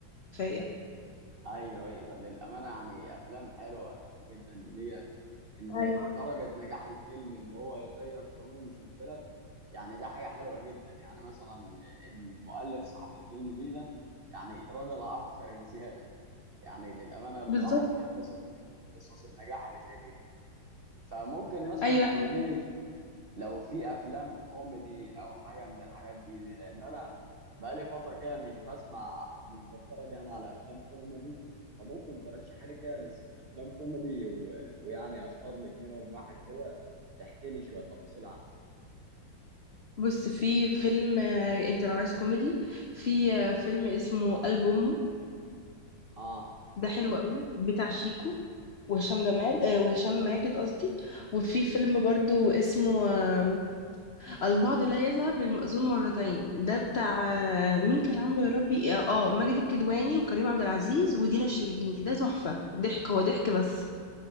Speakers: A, on the left; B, on the right.
A: كفايه
B: ايوه ايوه للامانه يعني افلام حلوه يعني جدا ليا ان
A: ايوه
B: درجه نجاح الفيلم ان هو يغير قانون في البلد يعني ده حاجه حلوه جدا يعني مثلا المؤلف صاحب الفيلم دي ده يعني راجل عبقري بزياده يعني للامانه الواحد
A: بالظبط
B: بيتبسط من قصص النجاح اللي زي دي دي فممكن مثلا
A: ايوه
B: تقولي لي لو في افلام كوميدي او حاجه من الحاجات دي دي لان انا بقالي فتره كده مش بسمع مش بتفرج يعني على افلام كوميدي فممكن ترشح لي كده لسه افلام كوميدي و... ويعني اختار لك منهم واحد كده تحكي لي شويه تفاصيل عنه
A: بص في فيلم آه، انت لو عايز كوميدي في آه، فيلم اسمه قلب امه
B: اه
A: ده حلو قوي بتاع شيكو وهشام جمال آه وهشام ماجد قصدي وفي فيلم برضو اسمه آه البعض لا يذهب للمأذون مرتين ده بتاع آه مين كان عامله يا ربي اه آه، ماجد الكدواني وكريم عبد العزيز ودينا الشربيني ده تحفة ضحك هو ضحك بس